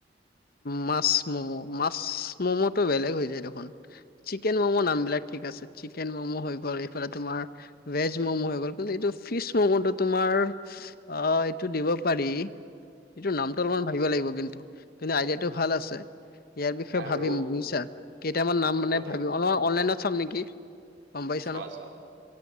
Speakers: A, on the left; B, on the right.
A: মাছ ম'ম' মাছ ম'ম'টো বেলেগ হৈ যায় দেখোন। চিকেন ম'মো নামবিলাক ঠিক আছে চিকেন ম'মো হৈ গ'ল এইফালে তোমাৰ। ভেজ ম'ম' হৈ গ'ল কিন্তু এইটো ফিচ ম'ম'টো তোমাৰ অ এইটো দিব পাৰি। সেইটো নামটো অলপমান ভাবিব লাগিব কিন্তু কিন্তু আইডিয়াটো ভাল আছে। ইয়াৰ বিষয়ে
B: বা
A: ভাবিম
B: ৰৌ
A: বুজিছা কেইটামান নাম
B: ভাবিব
A: মানে
B: লাগিব
A: ভাবিম অলপ অনলাইনত। চাম নেকি গম পাইছা
B: চোৱা
A: ন।
B: চোৱা